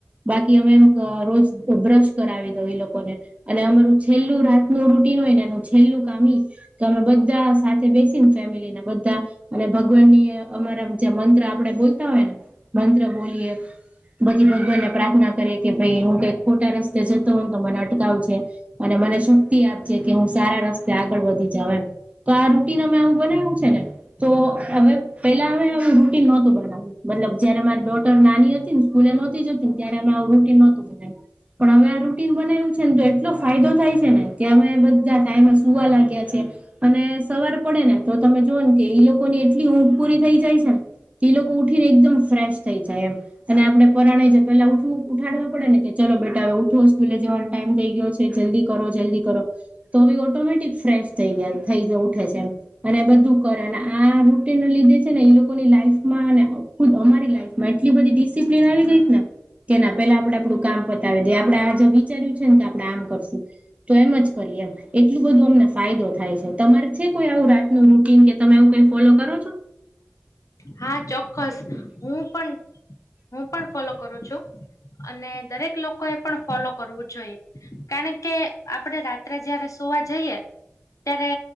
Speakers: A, on the right; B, on the left.
A: બાકી અમે એમ રોજ બ્રશ કરાવી દઉ ઈ લોકોને. અને અમારું છેલ્લું રાતનું રૂટિન હોય ને એનું છેલ્લું કામ કે અમે બધા સાથે બેસીને ફેમિલી એ બધા અને ભગવાન ની અમારા જે મંત્ર આપડે બોલતા હોય ને મંત્ર બોલીએ બધી ભગવાન પ્રાર્થના કરે કે ભઈ હું કઈક ખોટા રસ્તે જતી હોવ ને તો મને અટકાવ જો. અને મને શક્તિ આપજે કે હું સારા રસ્તે આગળ વધી જાઉ એમ. તો આ રૂટીન અમે આવું બનાવ્યું છે ને તો હવે પેલા હવે આવું રૂટીન નોતું બનાયવુ. મતલબ જયારે મારી ડોટર નાની હતી ને સ્કૂલ નોતી જતી ત્યારે અમે આવું રૂટીન તું પણ હવે આ બનાયું છે ને તો એટલો ફાયદો થાય છે ને કે અમે બધા ટાઈમે સુવા લાગ્યા છે. અને સવાર પડે ને તો તમે જુઓ ને કે ઈ લોકો ની એટલી ઊંઘ પૂરી થઈ જાય છે ને તો ઈ લોકો ઉઠીને એકદમ ફ્રેશ થઈ જાય એમ અને આપણે પરરાણે જ પેલા ઉઠવું ઉઠાડવા પડે ને કે ચલો બેટા હવે ઉઠો સ્કૂલે જવાનો ટાઈમ થઈ ગયો છે જલ્દી કરો, જલ્દી કરો. તો ઈ ઓટોમેટિક ફ્રેશ થઈ ગયા થઈ ઉઠે છે એમ અને બધું કરે અને આ રૂટીન લીધે છે ને ઈ લોકોની લાઈફમાં ખુદ અમારી લાઈફમાં એટલી બધી ડિસિપ્લિન આવી ગઈ ને કે પેલા આપડે આપડું કામ પતાવી દે આપડે આજ વિચાર્યું છે ને કે આપડે આમ કરશું. તો એમ જ કરીએ એમ એટલું બધું અમને ફાયદો થાય છે તમારે છે કોઈ આવું રા રાત નું રૂટીન કે તમે એવું કઈ ફોલો કરો છો.
B: હા ચોક્કસ હું પણ હું પણ ફોલો કરું છું. અને દરેક લોકો એ પણ ફોલો કરવું જોઈએ. કારણ કે આપડે રાત્રે જયારે સુવા જઈએ તયારે